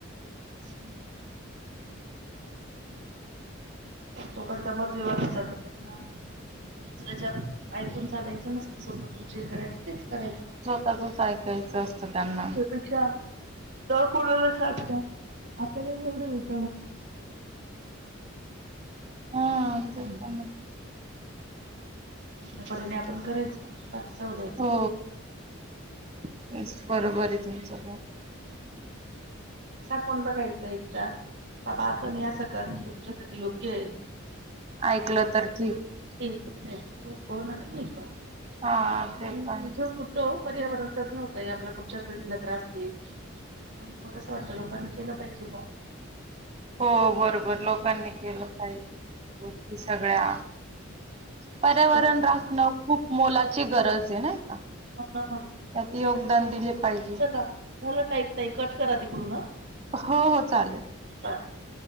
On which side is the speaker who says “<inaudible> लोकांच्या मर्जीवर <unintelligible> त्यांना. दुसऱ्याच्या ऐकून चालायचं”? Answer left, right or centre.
Right